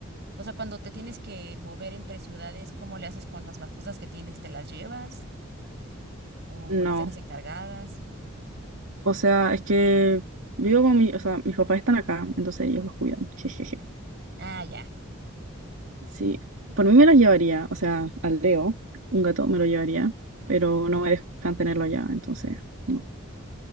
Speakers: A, on the right; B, on the right.
A: o sea, cuando te tienes que mover entre ciudades, ¿cómo le haces con las mascotas que tienes? ¿Te las llevas o
B: no.
A: las dejas encargadas?
B: O sea, es que vivo con mi, o sea, mis papás están acá, entonces ellos los cuidan. <laughs>
A: Ah, ya.
B: Sí, por mí me las llevaría, o sea, al Leo, un gato me lo llevaría, pero no me dejan tenerlo allá, entonces, no.